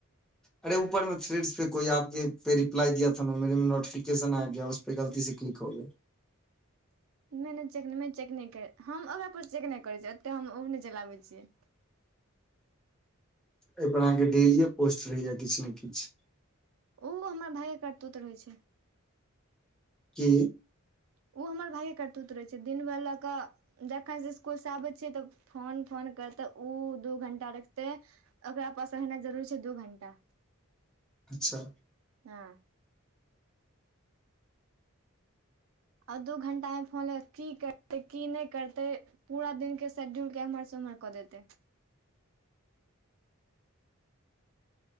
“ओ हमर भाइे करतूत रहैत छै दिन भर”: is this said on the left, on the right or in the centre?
Right